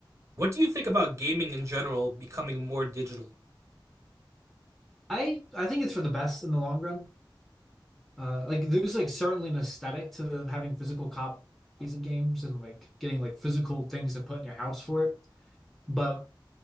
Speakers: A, on the right; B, in the centre.
A: what do you think about gaming in general becoming more digital?
B: I I think it's for the best in the long run. Uh, like there's like certainly an aesthetic to having physical copies of games and like getting like physical things to put in your house for it. But